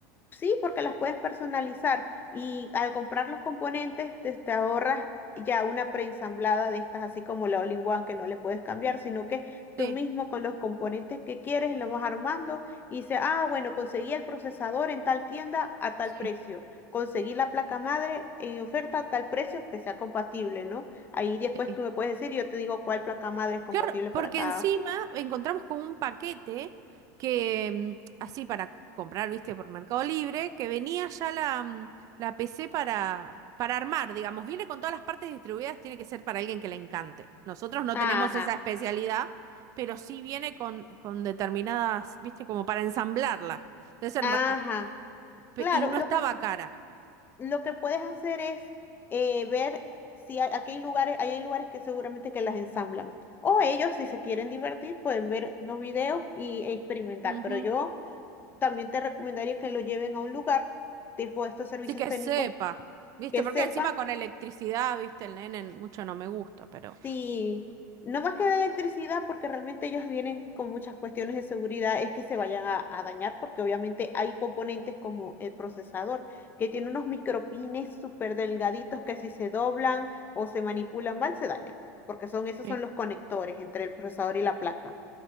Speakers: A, on the left; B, on the right.
A: Sí, porque las puedes personalizar y al comprar los componentes te, te ahorras ya una preensamblada de estas, así como la All-in-One que no le puedes cambiar, sino que tú
B: Sí,
A: mismo con los componentes que quieres lo vas armando y dices, ah, bueno, conseguí el procesador en tal tienda a tal
B: sí.
A: precio, conseguí la placa madre en oferta a tal precio que sea compatible, ¿no? Ahí después
B: sí.
A: tú me puedes decir, yo te digo cuál placa madre es compatible
B: Claro, porque
A: para cada.
B: encima encontramos con un paquete que, mm, así para c- comprar, viste, por Mercado Libre, que venía ya la, mm, la PC para, para armar, digamos, viene con todas las partes distribuidas, tiene que ser para alguien que le encante. Nosotros no
A: Ajá,
B: tenemos esa especialidad, pero sí viene con, con determinadas, viste, como para ensamblarla. Debe ser
A: ajá.
B: ma- ah, pe-
A: Claro,
B: y no
A: lo
B: estaba
A: que
B: cara.
A: lo que puedes hacer es eh, ver si hay, aquí hay lugares, ahí hay lugares que seguramente que las ensamblan. O ellos, si se quieren divertir, pueden ver unos videos y e experimentar.
B: Ujú.
A: Pero yo también te recomendaría que lo lleven a un lugar tipo estos servicios
B: Así que
A: técnicos
B: sepa, viste,
A: que
B: porque
A: sepa
B: encima con electricidad, viste, el nene mucho no me gusta, pero...
A: Sí, no más que de electricidad, porque realmente ellos vienen con muchas cuestiones de seguridad, es que se vayan a, a dañar, porque obviamente hay componentes como el procesador, que tiene unos micropines súper delgaditos que si se doblan o se manipulan mal, se dañan, porque son, esos
B: sí.
A: son los conectores entre el procesador y la placa.